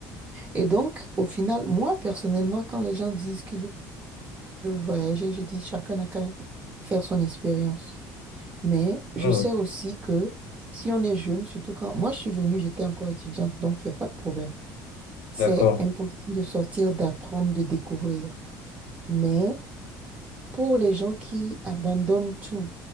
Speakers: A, on the right; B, on the left.
A: Et donc, au final, moi personnellement, quand les gens disent qu'ils veulent voyager, je dis chacun n'a qu'à faire son expérience. Mais je
B: Mhm.
A: sais aussi que si on est jeune, surtout quand moi je suis venue, j'étais encore étudiante, donc il n'y a pas de problème. C'est
B: D'accord.
A: important
B: <laughs>
A: de sortir, d'apprendre, de découvrir. Mais Pour les gens qui abandonnent tout,